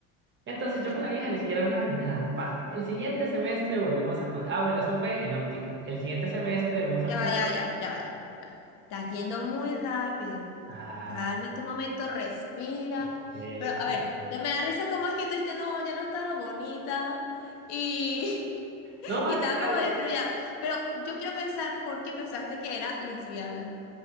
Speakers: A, on the right; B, on the left.
A: Entonces
B: Ok.
A: yo con la vieja ni siquiera hablaba ni nada. Pa, el siguiente semestre volvimos a... con- Ah, bueno, eso fue en óptica. El siguiente semestre vimos a
B: Ya
A: un clásico.
B: va, ya va, ya, ya va. Ya. ya. Estás yendo muy rápido.
A: Ah,
B: Calma tu momento, respira.
A: ok,
B: Pero,
A: ok.
B: a ver, ya me da risa cómo es que tú dijiste, no, ya no estaba bonita. Y, <laughs>
A: No,
B: y
A: es
B: estaba
A: que la-
B: como destruida. Pero yo quiero pensar por qué pensaste que era lesbiana.